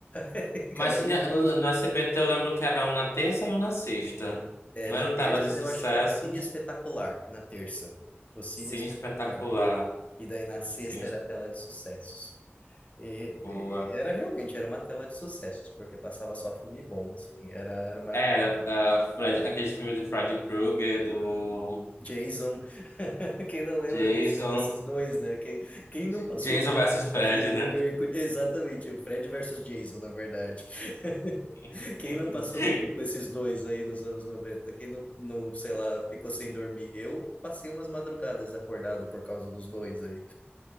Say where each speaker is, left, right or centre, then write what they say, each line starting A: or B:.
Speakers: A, on the left (about 30°); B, on the left (about 85°).
A: Aí,
B: Mas
A: <laughs> Cada um.
B: tinha, no, no SBT eu lembro que era um na terça e um na sexta.
A: É,
B: Um
A: na
B: era o
A: terça
B: tela de sucessos,
A: eu acho que era o Cine Espetacular, na terça. O Cine
B: Cine
A: Espetacular.
B: Espetacular,
A: E daí na sexta
B: Cine Esp-
A: era a tela de sucessos. E,
B: Boa.
A: e era realmente, era uma tela de sucessos, porque passava só filme bom, assim, era, era uma
B: Era
A: época...
B: ah, Fred, aqueles filmes de Freddy Krueger, do
A: Jason, <laughs> quem não lembra
B: Jason,
A: desses, desses dois, né? Quem, quem não passou
B: Jason
A: medo
B: versus
A: com o
B: Fred,
A: Fred Krueger?
B: né?
A: e com- Exatamente, o Fred versus Jason, na verdade. <laughs>
B: <laughs>
A: Quem não passou medo com esses dois aí nos anos 90? Quem não, não, sei lá, ficou sem dormir? Eu passei umas madrugadas acordado por causa dos dois aí.